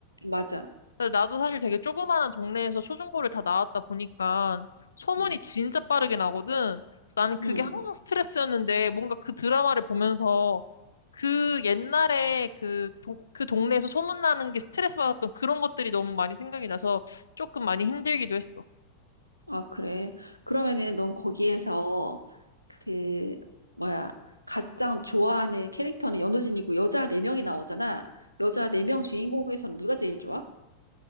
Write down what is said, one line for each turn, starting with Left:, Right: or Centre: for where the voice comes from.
Right: 맞아.
Left: 근데 나도 사실 되게 조그마한 동네에서 초중고를 다 나왔다 보니까 소문이
Right: 음,
Left: 진짜 빠르게 나거든. 나는 그게
Right: 음.
Left: 항상 스트레스였는데, 뭔가 그 드라마를 보면서 그 옛날에 그, 동, 그 동네에서 소문나는 게 스트레스 받았던 그런 것들이 너무 많이 생각이 나서 조금 많이 힘들기도 했어.
Right: 아, 그래. 그러면은 넌 거기에서 그 뭐야 가장 좋아하는 캐릭터는 연우진이고 여자 네명이 나오잖아. 여자 네 명 주인공에서는 누가 제일 좋아?